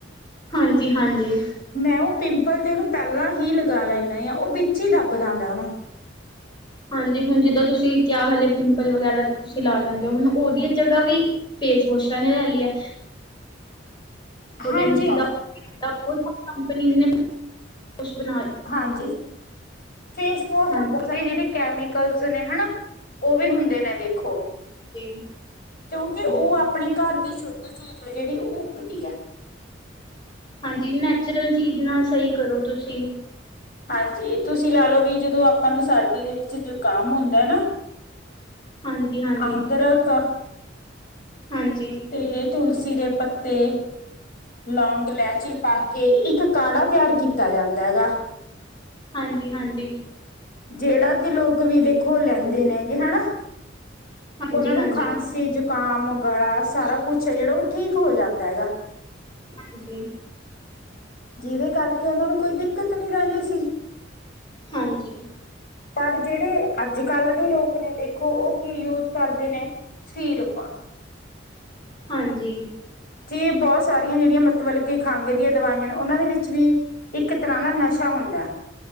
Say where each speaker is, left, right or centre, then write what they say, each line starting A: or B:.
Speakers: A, on the left; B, on the left.
A: ਹਾਂਜੀ, ਹਾਂਜੀ।
B: ਮੈਂ ਉਹ ਪਿੰਪਲ ਤੇ ਉਹਨੂੰ ਪੈਲਾਂ ਹੀ ਲਗਾ ਲੈਂਦਾ ਆ ਉਹ ਵਿੱਚ ਹੀ ਦੱਬ ਜਾਦਾ ਨਾ।
A: ਹਾਂਜੀ ਹੁਣ ਜਿੱਦਾਂ ਤੁਸੀਂ ਕਿਆ ਹਾਲੇ ਪਿੰਪਲ ਵਗੈਰਾ ਤੁਸੀਂ ਲਾ ਦਿੰਦੇ ਹੋ ਹੁਣ ਉਹਦੀਆਂ ਜਗ੍ਹਾ ਵੀ ਫੇਸ ਵੋਸ਼ਾਂ ਨੇ ਲੈ ਲੀਐ। <unintelligible>
B: ਹਾਂਜੀ
A: ਦਾ ਕੰਪਨੀ ਨੇ ਕੁਛ ਬਣਾ
B: ਹਾਂਜੀ ਫੇਸ ਵੋਸ਼
A: ਹਾਂਜੀ-ਹਾਂਜੀ-ਹਾਂਜੀ।
B: ਜਿਹੜੇ ਕੈਮੀਕਲਸ ਨੇ ਹਨਾ ਉਹ ਵੀ ਹੁੰਦੇ ਨੇ। ਦੇਖੋ
A: ਹਾਂਜੀ
B: ਕਿਉਂਕਿ ਉਹ
A: ਹਾਂਜੀ
B: ਆਪ ਆਪਣੇ ਘਰ ਦੀ ਸ਼ੁੱਧ ਚੀਜ਼ ਹੈ ਜਿਹੜੀ ਉਹ ਹੁੰਦੀ ਹੈ।
A: ਹਾਂਜੀ ਨੈਚੁਰਲ ਚੀਜ਼ ਨਾਲ ਸਹੀ ਕਰੋ ਤੁਸੀਂ।
B: ਹਾਂਜੀ ਤੁਸੀਂ ਲਾ ਲਓ ਵੀ ਜਦੋਂ ਆਪਾਂ ਨੂੰ ਸਰਦੀ ਦੇ ਵਿੱਚ ਜ਼ੁਕਾਮ ਹੁੰਦਾ ਨਾ
A: ਹਾਂਜੀ-ਹਾਂਜੀ।
B: ਆਦਰਕ
A: ਹਾਂਜੀ।
B: ਤੇ ਤੁਲਸੀ ਦੇ ਪੱਤੇ ਲੌਂਗ ਲੈਚੀ ਪ ਕੇ ਇੱਕ ਕਾੜਾ ਤਿਆਰ ਕੀਤਾ ਜਾਂਦਾ ਉਹਦਾ
A: ਹਾਂਜੀ, ਹਾਂਜੀ।
B: ਜਿਹੜਾ ਕਿ ਲੋਕ ਵੀ ਦੇਖੋ ਲੈਂਦੇ ਨੇਗੇ ਹਨਾ।
A: ਹਾਂਜੀ-ਹਾਂਜੀ-ਹਾਂਜੀ-ਹਾਂਜੀ-ਹਾਂਜੀ-ਹਾਂਜੀ-ਹਾਂਜੀ।
B: ਉਹਨਾਂ ਨੂੰ ਖਾਂਸੀ ਜ਼ੁਕਾਮ ਗਲਾ ਸਾਰਾ ਕੁਛ ਹੈ ਜਿਹੜਾ ਉਹ ਠੀਕ ਹੋ ਜਾਂਦਾ ਹੈਗਾ।
A: ਹਾਂਜੀ।
B: ਜੀਹਦੇ ਕਰਕੇ ਉਹਨਾਂ ਨੂੰ ਕੋਈ ਦਿੱਕਤ ਨਹੀਂ ਰਹਿੰਦੀ ਸੀ।
A: ਹਾਂਜੀ।
B: ਪਰ ਜੇੜੇ ਅੱਜ ਕੱਲ ਦੇ ਲੋਕ ਨੇ ਦੇਖੋ ਉਹ ਕੀ ਯੂਜ ਕਰਦੇ ਨੇ ਸੀਰਪਾ
A: ਹਾਂਜੀ।
B: ਤੇ ਬੋਤ ਸਾਰੀਆਂ ਜਿਹੜੀਆਂ ਮਤਲਬ ਕਿ ਖੰਘ ਦੀਆਂ ਦਵਾਈਆਂ ਨੇ ਉਹਨਾਂ ਦੇ ਵਿੱਚ ਵੀ ਇੱਕ ਤਰ੍ਹਾਂ ਦਾ ਨਸ਼ਾ ਹੁੰਦਾ।